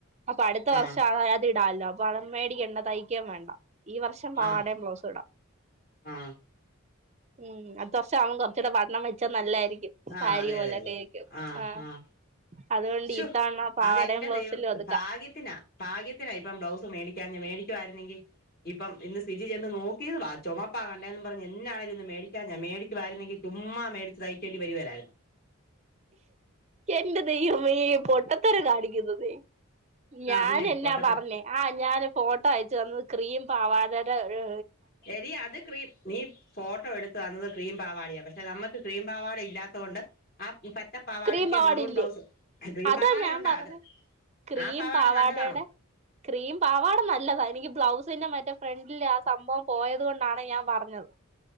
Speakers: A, on the right; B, on the left.
A: അപ്പൊ അടുത്ത
B: ആഹ്
A: വർഷം അ അത്ടാല്ലോ അപ്പൊ മേടിക്കണ്ട തയ്ക്കാൻ വേണ്ട ഈ വർഷം പാവാടയും
B: ആഹ്
A: ബ്ലൗസ് ഇടാം
B: ആഹ്
A: ഉം അ ദശ ആവുമ കുച്ചൂടെ വണ്ണം വെച്ചാൽ നല്ലായിരിക്കും
B: ആഹ
A: സാരി
B: അതെ
A: പോലെയൊക്കെ
B: അതെ അതെ
A: ആയിരിക്കും
B: ആഹ
A: ആഹ്
B: ആ
A: അതുകൊണ്ട്
B: ശു
A: ഇത്തവണ പാവാടയും
B: അതെന്റെ
A: ബ്ലൗസിലും
B: ദൈവ
A: ഒതുക്കാം
B: ഭാഗ്യത്തിനാ ഭാഗ്യത്തിനാ ഇപ്പം ബ്ലൗസ് മേടിക്ക മേടിക്കുമായിരുന്നങ്കിൽ ഇപ്പം ഇന്ന് സിജ ചെന്ന് നോ തീ വ ചുമപ്പ കണ്ടേന്ന് പറഞ്ഞു എന്നാെയാലും ഇന്ന് മേടിക്കാം ഞാ മേടിക്കുമായിരുന്നെിൽ ചുമ്മാ മേടിചായയി ചേണ്ടി വരിവലായിരുന്നു
A: എന്റെ ദൈവമേ പോട്ട ഇത്ത കടിയ്ക്കുന്നുമ്മി
B: ആഹ്
A: ഞാനെന്നാ
B: പിന്നെ പൊട്ടത്തരം
A: പറഞ്ഞെ ആ ഞാന് ഫോട്ടോ അയച് <inaudible> ക്രീം പാവാടെടെ ഒരു
B: എടീ അത് ക്രീം നീ ഫോട്ടോ എടുത്തു തന്നത് ക്രീം പാവാടയാ. പക്ഷെ നമ്മ ക്രീം പാവാട ഇല്ലാത്തോണ്ട് ആ പച്ച പാവാടയ്ക്ക്
A: ക്രീം പാവാട
B: മെറൂൺ
A: ഇല്ലേ
B: ബ്ലൗസ് ക്രീം
A: അതാ
B: പാവാടയുണ്ടാ
A: ഞാൻ പറഞ്ഞത്
B: അത്
A: ക്രീം
B: ആ പാവാട
A: പാവാടെടെ
B: നല്ലതാണോ
A: ക്രീം പാവാട നല്ലതാ എനിക്ക് ബ്ലൗസ് പിന്നെ മറ്റെ ഫ്രണ്ടിലെ ആ സംഭവം പോയത് കൊണ്ടാണ് ഞാൻ പറഞ്ഞത്